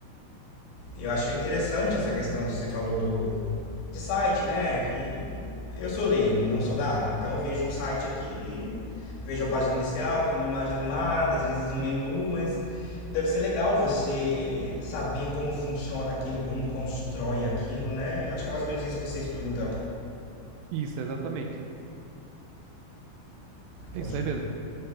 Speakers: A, on the left; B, on the right.
A: Eu acho interessante essa questão que você falou do de site, né? Que eu sou leigo, não sou da área. Então eu vejo um site aqui, vejo a página inicial, tem uma imagem animada, às vezes um menu, mas deve ser legal você saber como funciona aquilo, como constrói aquilo, né? Acho que é mais ou menos isso que você estuda, então.
B: Isso, exatamente. É
A: Pô,
B: isso
A: show
B: aí
A: de
B: mesmo.